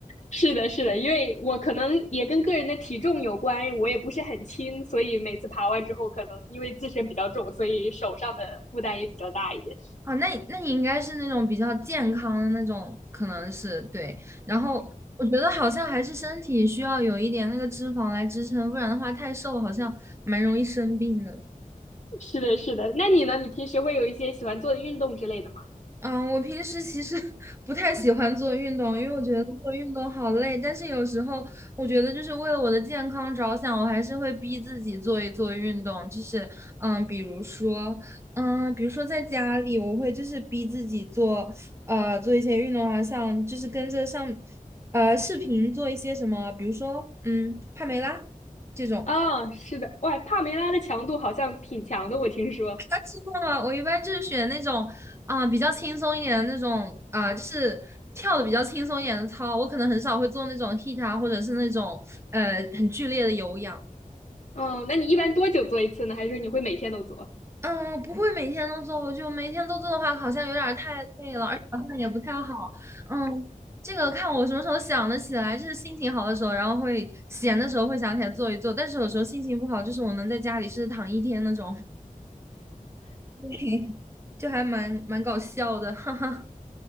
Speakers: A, on the left (about 55°); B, on the right (about 20°).
A: 是的，是的，因为我可能也跟个人的体重有关，我也不是很轻，所以每次爬完之后，可能因为自身比较重，所以手上的负担也比较大一点。
B: 啊，那你那你应该是那种比较健康的那种，可能是对。然后我觉得好像还是身体需要有一点那个脂肪来支撑，不然的话太瘦了好像蛮容易生病的。
A: 是的，是的。那你呢？你平时会有一些喜欢做的运动之类的吗？
B: 嗯，我平时其实 <laughs> 不太喜欢做运动，因为我觉得做运动好累。但是有时候我觉得，就是为了我的健康着想，我还是会逼自己做一做运动。就是，嗯，比如说，嗯，比如说在家里，我会就是逼自己做，呃，做一些运动啊，像就是跟着上，呃，视频做一些什么，比如说，嗯，帕梅拉这种。
A: 啊，是的，哇，帕梅拉的强度好像挺强的，我听说。
B: 啊，真的啊，我一般就是选那种啊、比较轻松一点的那种啊、就是跳的比较轻松一点的操。我可能很少会做那种 h i I t 啊，或者是那种呃很剧烈的有氧。
A: 嗯，那你一般多久做一次呢？还是你会每天都做？
B: 嗯，不会每天都做，我就每天都做的话，好像有点儿太累了，而且好像也不太好。嗯，这个看我什么时候想得起来，就是心情好的时候，然后会闲的时候会想起来做一做。但是有时候心情不好，就是我能在家里是躺一天那种，<laughs> 就还蛮蛮搞笑的，<laughs> 哈哈。